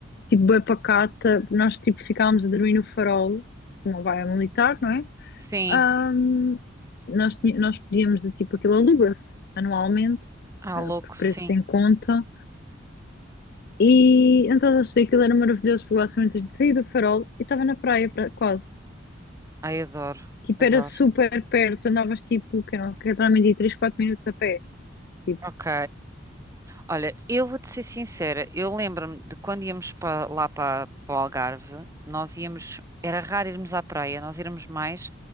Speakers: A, on the left; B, on the right.
A: tipo, bué pacata, nós, tipo, ficávamos a dormir no farol, uma baia militar, não é?
B: Sim.
A: Hum, nós, tinha- nós podíamos, de, tipo, aquilo aluga-se anualmente,
B: Ah,
A: eh,
B: louco,
A: por
B: sim.
A: preço em conta. E então eu achei que aquilo era maravilhoso, porque basicamente a gente saía do farol e estava na praia, pra- quase.
B: Ai, adoro.
A: Tipo,
B: Adoro.
A: era super perto, andavas tipo, que não, que também 3 4 minutos a pé. Tipo,
B: Ok. Olha, eu vou-te ser sincera, eu lembro-me de quando íamos pa- lá para o Algarve, nós íamos, era raro irmos à praia, nós íamos mais